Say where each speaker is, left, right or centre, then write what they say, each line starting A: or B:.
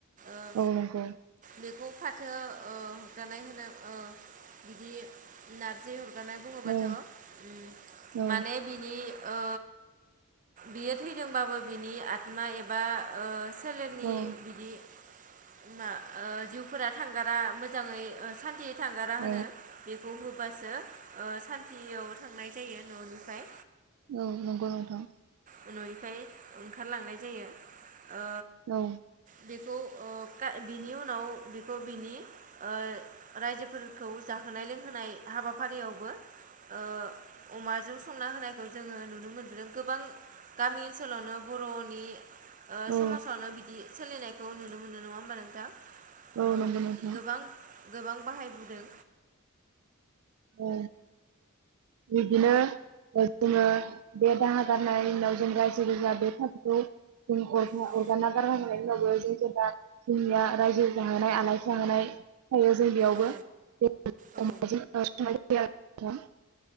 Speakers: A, on the right; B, on the right.
A: ओ
B: औ नंगौ।
A: बेखौ फाथो ओ हरगानाय होनो ओ बिदि नारजि अरगारानाय बुङोबाथ'
B: औ
A: उम
B: औ
A: माने बिनि ओ बियो थैदोंबाबो बिनि आत्मा एबा ओ सोलेरनि
B: औ
A: बिदि मा ओ जिउफोरा थांगारा मोजाङै ओ सान्तियै थांगारा होनो
B: औ
A: बेखौ हो बासो ओ सान्थियाव थांनाय जायो न'निफ्राय।
B: औ नंगौ नोंथां।
A: ओ ननिफाय ओंखारलांनाय जायो। ओ
B: औ
A: बे खौ ओ खा बिनि उनाव बेखौ बिनि ओ रायजोफोरखौ जाहोनाय लोंहोनाय हाबाफारियाव बो ओ अमाजों संना होनाय बेखौ जोङो नुनो मोनबोदों गोबां गामि ओनसोलावनो बर'नि
B: औ
A: समाजावनो बिदि सोलिनायखौ नुनो मोनो नङा होमबा नोंथां?
B: औ
A: ओ
B: नंगौ नोंथां
A: गोबां गोबां बाहायबोदों
B: औ। बिदिनो जोङो बे दाहा गारनायनि उनाव जों रायजो गोजा बे फाखोखौ जों अर अरगारना
A: औ
B: गारगाखांनायनि उनावबो गोेबा जोंनिया रायजो जाहोनाय आलासि जाहोनाय थायो जों बेयावबो
A: औ
B: अ <unintelligible>
A: औ
B: फियार थां <unintelligible>